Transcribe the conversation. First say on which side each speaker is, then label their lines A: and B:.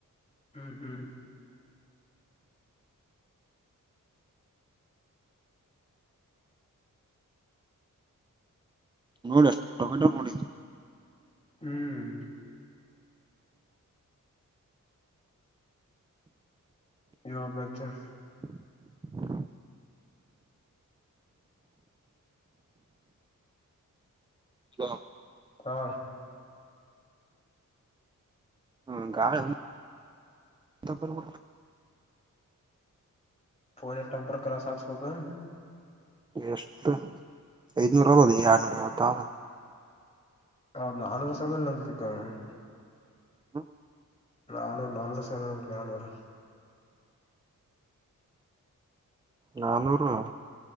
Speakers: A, on the left; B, on the right.
A: ಹ್ಮ್ ಹ್ಮ್
B: ನೋಡು ಎಷ್ಟು ವಕ್ಟರ್ ನೋಡು ಇಲ್ಲಿ
A: ಹ್ಮ್ ಇವಾಗ ಬೈತ್ತರ
B: ಹ ಹಲೋ
A: ಹಾ
B: ಹ್ಮ್ ಗಾಳಿ ಹೆಂತ್ ಪರಿ ಬಿಟ್ಟದ
A: ಫೋನಿಂದ ಟಂಪರ್ ಕ್ರಾಸ್ ಆಕ್ಸ್ ಬೇಕ
B: ಎಷ್ಟು ಐನೂರು ಆದಾ ಆರನೂರು ಅರವತ್ತ ದ
A: ಹೌದು ಆದರ್ಶಮೆಂದು ನನಗೆ ಬಿಟ್ಟು ಹೋಗ್ಯಾನ
B: ಹಾ
A: ನಾನೂರು ನಾನೂರು ಸಾವಿರ ದ ನಾನೂರು
B: ನಾನೂರು